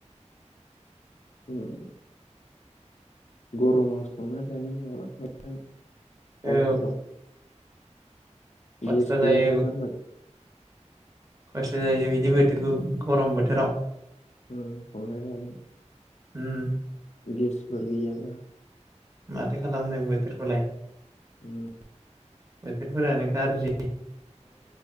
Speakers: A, on the left; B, on the right.
A: उम गरमाव संना जानो हाया माथो
B: औ
A: अरफोराव
B: खस्थ'
A: गेस गैयाब्ला
B: जायो
A: जारला
B: खस्थ' जायो बिदि बोथोरखौ गरम बोथोराव
A: उम संना जानो
B: उम
A: गेसफोर गैबा
B: माथो खालामनो बोथोरखौलाय
A: उम
B: बेथोरफोरानो गारजि